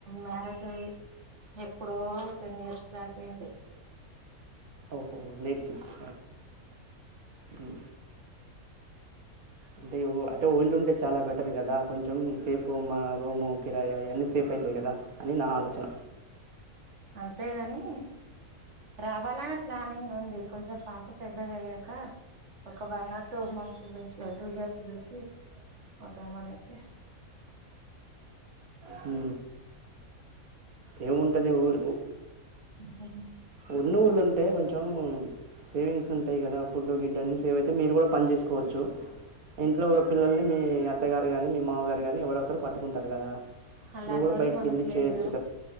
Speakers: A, on the right; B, on the right.
A: మ్యారేజ్ అయ్యి ఎప్పుడో టెన్ ఇయర్స్ బ్యాక్ అయింది.
B: ఓహో లేట్ కిడ్స్ హు అంటే అంటే ఊర్లో ఉంటే చాలా బెటర్ కదా కొంచెం <unintelligible> రోము కిరయ అవన్నీ సేప్ అవుతాయి కదా అని నా ఆలోచన
A: అంతేగాని రావాలనే ప్లానింగ్ ఉంది కొంచెం పాప పెద్దగా అయ్యాక ఒక వన్ ఆర్ టూ మంత్స్ చూసి టూ ఇయర్స్ చూసి వద్దామనేసి
B: హు ఏముంటుంది ఊ
A: హు
B: ఉన్న ఊర్లో ఉంటే కొంచెం సేవింగ్స్ ఉంటాయి. కదా ఫుడ్ గిడ్ అన్ని సేవ్ అయితే మీరు కూడా పని చేసుకోవచ్చు ఇంట్లో పిల్లల్ని మీ అత్తగారు కాని మీ మామగారు కాని ఎవరో ఒకరు పట్టుకుంటారు కదా
A: అలాంటి
B: నువ్వు గూడా
A: ఓళ్ళు
B: బయటికెళ్ళి
A: మనకు లేరా
B: చేయొచ్చు